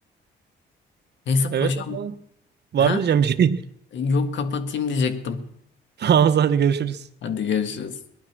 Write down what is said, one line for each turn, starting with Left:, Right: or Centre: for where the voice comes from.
Left: Neyse
Right: Evet
Left: paşam.
Right: ama var
Left: Ha?
Right: mı diyeceğim bir şey?
Left: Yok kapatayım diyecektim.
Right: <laughs> Tamam hadi görüşürüz.
Left: Hadi görüşürüz.